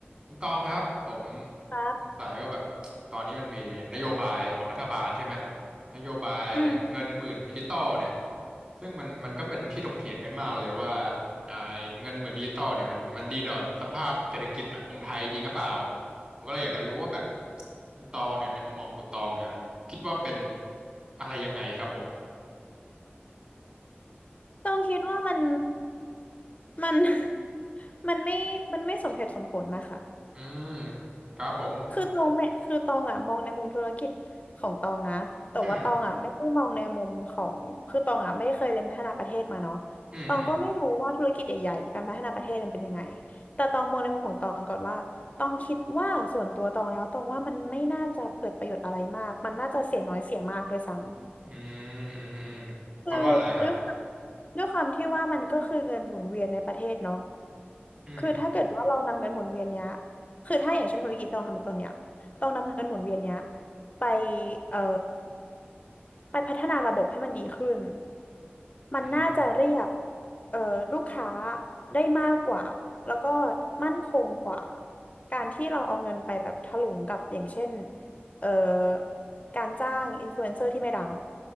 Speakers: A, on the right (about 30°); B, on the left (about 35°).
A: คุณตองครับผม
B: ครับ
A: สงสัยว่าแบบตอนนี้มันมีนโยบายของรัฐบาลใช่ไหมนโยบายเงินหมื่นดิจิตอลเนี่ย
B: อืม
A: ซึ่งมันมันก็เป็นที่ถกเถียงกันมากเลยว่าอ่าไอ้เงินหมื่นดิจิตอลเนี่ยมันมันดีต่อสภาพเศรษฐกิจสังคมไทยจริงหรือเปล่าผมก็เลยอยากจะรู้ว่าแบบคุณตองเนี่ยในมุมมองของคุณตองเนี่ยมันคิดว่าเป็นอะไรยังไงครับผม
B: ต้องคิดว่ามันมัน <laughs> มันไม่มันไม่สมเหตุสมผลนะคะ
A: อืมครับผม
B: คือตองไม่คือตองอ่ะมองในมุมธุรกิจของตองนะ แต่ว่าตองอ่ะไม่ได้มองในมุมของคือตองอ่ะไม่เคยเรียนพัฒนาประเทศมาเนาะ
A: อืมอืมอืม
B: ตองก็ไม่รู้ว่าธุรกิจใหญ่ๆหรือการพัฒนาประเทศมันเป็นยังไง แต่ตองมองในมุมของตองก่อนว่าตองคิดว่าส่วนตัวตองแล้วตองว่ามันไม่น่าจะเกิดประโยชน์อะไรมากมันน่าจะเสียน้อยเสียมากด้วยซ้ำ
A: อืมอืมอืมเพราะว่าอะไรฮะ
B: คือด้วยความด้วยความที่ว่ามันก็คือเงินหมุนเวียนในประเทศเนาะ
A: อืม
B: คือถ้าเกิดว่าเรานำเงินหมุนเวียนเนี้ยคือถ้าอย่างเช่นธุรกิจต้องทำเป็นต้นเนี้ยต้องนำเงินหมุนเวียนเนี้ยไปเอ่อไปพัฒนาระบบให้มันดีขึ้น มันน่าจะเรียก
A: อืม
B: เอ่อลูกค้าได้มากกว่าแล้วก็มั่นคงกว่าการที่เราเอาเงินไปแบบถลุงกับอย่างเช่นเอ่อการจ้างอินฟลูเอนเซอร์ที่ไม่ดัง